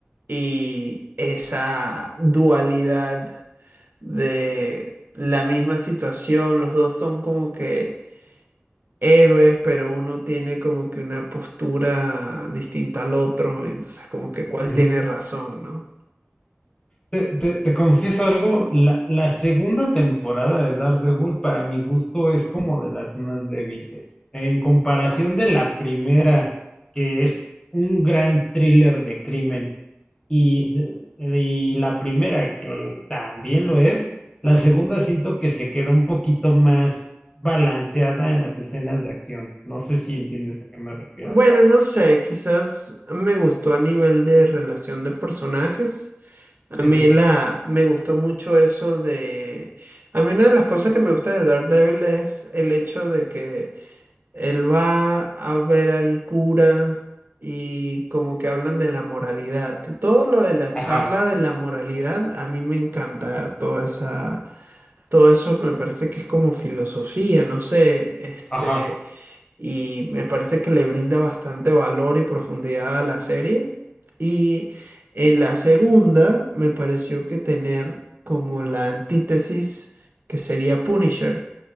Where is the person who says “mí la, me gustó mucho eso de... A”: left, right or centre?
Right